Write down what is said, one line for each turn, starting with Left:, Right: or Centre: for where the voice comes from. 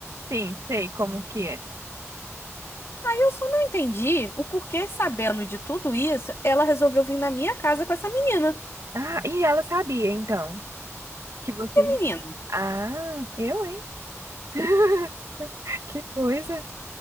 Right: sim, sei como que é.
Left: Aí eu só não entendi o porquê, sabendo de tudo isso, ela resolveu vir na minha casa com essa menina.
Right: Ah, e ela sabia, então, que você.
Left: Menina.
Right: Ah, eu, hein? <laughs> Que coisa.